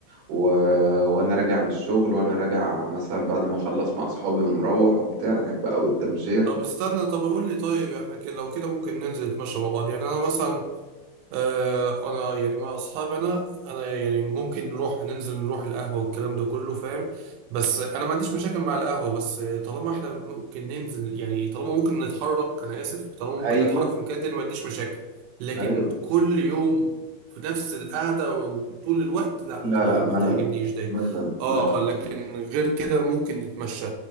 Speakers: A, on the right; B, on the right.
A: و... وأنا راجع من الشغل وأنا راجع مثلا بعد ما أخلص مع أصحابي ومروح وبتاع أحب أوي التمشية
B: طب استنى طب قول لي طيب احنا كده لو كده ممكن ننزل نتمشى مع بعض يعني انا مثلا آه، انا يعني مع اصحابي انا انا يعني ممكن نروح ننزل نروح القهوه والكلام ده كله فاهم بس انا ما عنديش مشاكل مع القهوه بس طالما احنا ممكن ننزل يعني طالما ممكن نتحرك انا اسف طالما ممكن
A: أيوه
B: نتحرك في مكان تاني ما عنديش مشاكل لكن
A: أيوه
B: كل يوم في نفس القعده وطول الوقت لا ما
A: لا
B: ما-
A: لا
B: ما
A: ملل
B: تعجبنيش ده
A: ملل
B: اه
A: ملل
B: لكن غير كده ممكن نتمشى